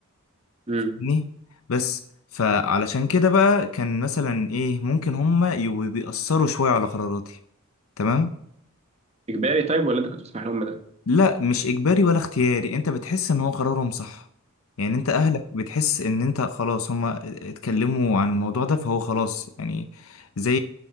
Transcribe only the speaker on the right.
امم
اجباري طيب ولا انت كنت بتسمح لهم ده